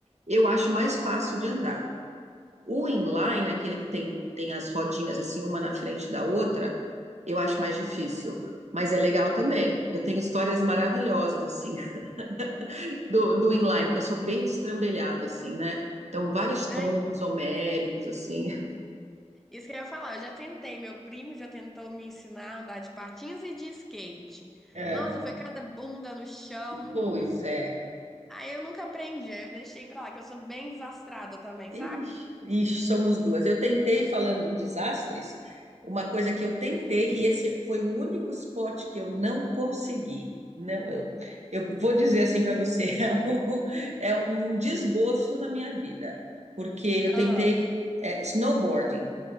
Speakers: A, on the right; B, in the centre.
A: eu acho mais fácil de andar. O inline, aquele que tem, tem as rodinhas assim, uma na frente da outra, eu acho mais difícil. Mas é legal também. Eu tenho histórias maravilhosas, assim, <laughs> do, do inline, porque eu sou bem destrambelhada, assim, né? Então, vários tombos
B: é,
A: homéricos, assim.
B: isso que eu ia falar. Eu já tentei, meu primo já tentou me ensinar a andar de patins e de skate.
A: É,
B: Nossa, foi cada bunda no chão.
A: pois é.
B: Aí eu nunca aprendi, aí eu deixei pra lá, que eu sou bem desastrada também,
A: Ixi,
B: sabe?
A: ixi, somos duas. Eu tentei, falando em desastres, uma coisa que eu tentei, e esse foi o único esporte que eu não consegui. Não, eu, eu vou dizer assim para você, <laughs> é um, é um desgosto na minha vida, porque eu
B: Ah,
A: tentei, é, snowboarding.